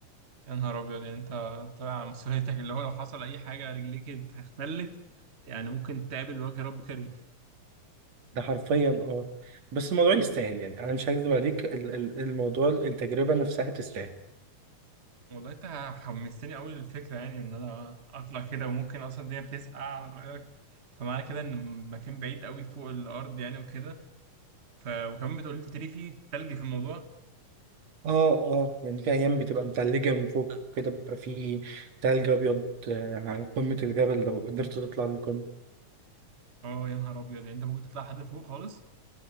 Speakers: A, on the right (about 30°); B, on the right (about 55°).
A: يا نهار ابيض يعني انت طالع على مسؤوليتك اللي هو لو حصل اي حاجه رجليك اختلت يعني ممكن تقابل وجه رب كريم
B: ده حرفيا اه بس الموضوع يستاهل يعني انا مش هكذب عليك ال- ال- الموضوع التجربة نفسها تستاهل
A: والله انت حمستني قوي للفكره يعني ان انا اطلع كده وممكن اصلا الدنيا بتسقع على رايك فمعنى كده ان المكان بعيد قوي فوق الارض يعني وكده ف وكمان بتقول لي تري في تلج في الموضوع
B: اه اه يعني في ايام بتبقى متلجة من فوق كده بيبقى في تلج ابيض آه، على قمة الجبل لو قدرت تطلع للقمة
A: اه يا نهار ابيض يعني انت ممكن تطلع حد فوق خالص